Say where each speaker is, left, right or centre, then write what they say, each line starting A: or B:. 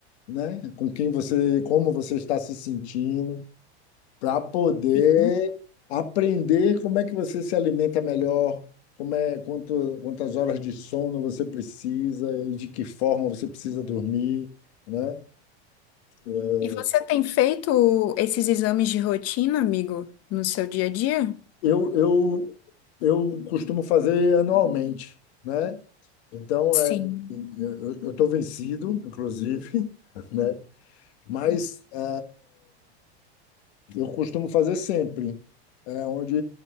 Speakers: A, on the left; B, on the left.
A: né? Com quem você, como você está se sentindo, para poder
B: sim.
A: aprender como é que você se alimenta melhor, como é, quanto, quantas horas de sono você precisa e de que forma você precisa dormir, né? É,
B: E você tem feito esses exames de rotina, amigo, no seu dia a dia?
A: Eu, eu, eu costumo fazer anualmente, né? Então,
B: Sim.
A: é, eu estou vencido, inclusive, <laughs> né? Mas é, Eu costumo fazer sempre. É onde,